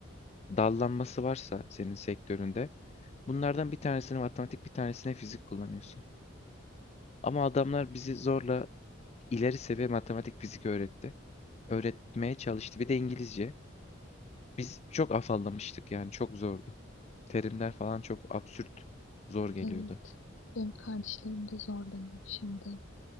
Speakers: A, on the left; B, on the left.
A: dallanması varsa senin sektöründe, bunlardan bir tanesini matematik, bir tanesine fizik kullanıyorsun. Ama adamlar bizi zorla ileri seviye matematik, fizik öğretti. Öğretmeye çalıştı. Bir de İngilizce. Biz çok afallamıştık yani çok zordu. Terimler falan çok absürt, zor geliyordu.
B: Evet, benim kardeşlerim de zorlanıyor şimdi.